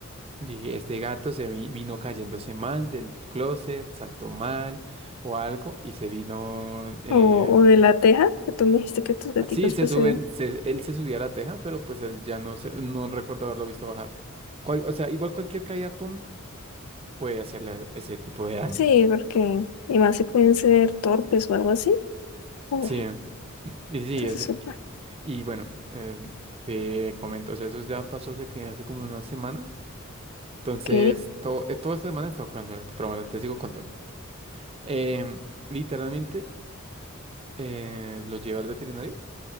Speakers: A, on the right (about 25°); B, on the left (about 80°).
A: Y este gato se vi- vino cayéndose mal del closet, saltó mal o algo y se vino... Eh,
B: O, o de la teja, que tú me dijiste que tus gaticos,
A: así se
B: pues,
A: sube,
B: se-
A: se- él se subía a la teja, pero pues él ya no, se, no recuerdo haberlo visto bajar. Cual- o sea, igual cualquier caída tonta puede hacerle ese tipo de daño.
B: sí, porque, y más si pueden ser torpes o algo así. Bueno,
A: Sí, y sí,
B: entonces,
A: ese-
B: suelta.
A: y, y bueno, eh, te comento, o sea, eso ya pasó hace, que- hace como una semana. Entonces,
B: ok.
A: to- eh, toda esta semana he estado jugando gato, pero bueno, te sigo contando. Em, literalmente... eh, lo llevé al veterinario